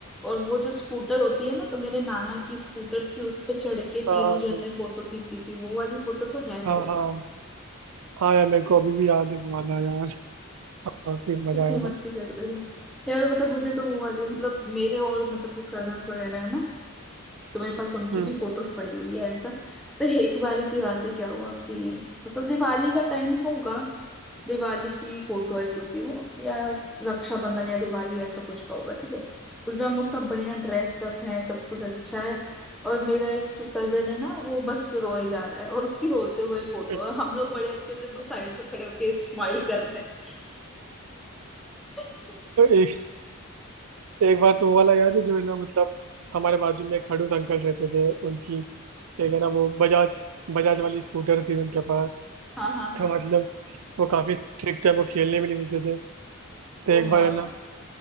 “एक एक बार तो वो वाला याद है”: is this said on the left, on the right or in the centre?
Right